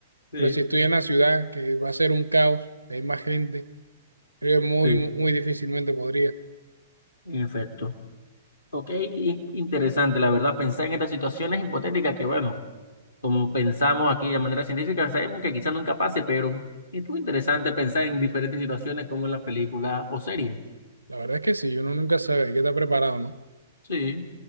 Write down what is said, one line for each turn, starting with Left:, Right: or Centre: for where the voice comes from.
Left: Sí,
Right: Pero si estoy en la ciudad, que va a ser un caos, hay más gente. Creo que muy,
Left: sí.
Right: muy difícilmente podría.
Left: En efecto. Ok, in- interesante, la verdad, pensar en estas situaciones hipotéticas que, bueno, como pensamos aquí de manera científica, sabemos que quizás nunca pase, pero es muy interesante pensar en diferentes situaciones como en las películas o series.
Right: La verdad es que sí, uno nunca sabe, hay que estar preparado, ¿no?
Left: Sí.